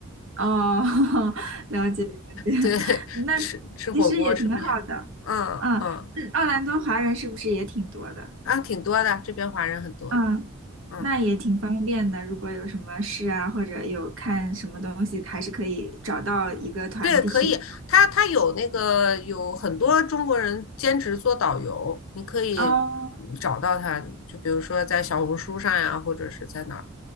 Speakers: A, on the right; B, on the left.
A: 哦，<laughs> 了解了解。
B: 对，<laughs>
A: 那
B: 吃吃火锅、
A: 其实也挺好的。
B: 吃面，嗯嗯，
A: 嗯，这奥兰多华人是不是也挺多的？
B: 啊，挺多的，这边华人很多。
A: 嗯，
B: 嗯。
A: 那也挺方便的。如果有什么事啊，或者有看什么东西，还是可以找到一个团体。
B: 对，可以，他他有那个有很多中国人兼职做导游，你可以嗯找到他，
A: 哦，
B: 就比如说在小红书上呀，或者是在哪儿，